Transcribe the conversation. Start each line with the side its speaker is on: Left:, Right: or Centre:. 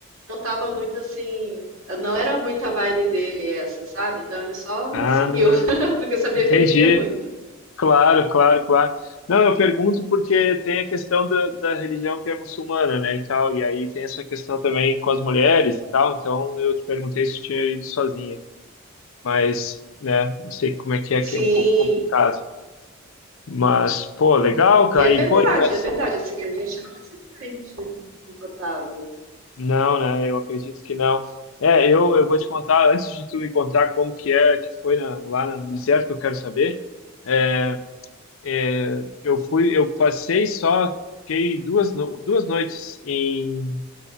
Right: não estava muito assim, não era muita vibe dele essa, sabe? Então ele só me
Left: Ah,
Right: seguiu, <laughs> porque sabia
Left: entendi.
Right: que eu queria muito.
Left: Claro, claro, claro. Não, eu pergunto porque tem a questão da, da religião que é muçulmana, né, e tal. E aí tem essa questão também com as mulheres e tal. Então eu te perguntei se tinha ido sozinha. Mas, né, não sei como é que é, que
Right: Sim,
Left: é um pouco complicado. Mas, pô, legal, cara.
Right: E é verdade,
Left: E, pô, e vai
Right: é verdade. Assim, a gente não se sente muito confortável.
Left: Não, né? Eu acredito que não. É, eu, eu vou te contar, antes de tu me contar como que é, que foi na- lá no deserto que eu quero saber, é, é, eu fui, eu passei só, fiquei duas, no- duas noites em,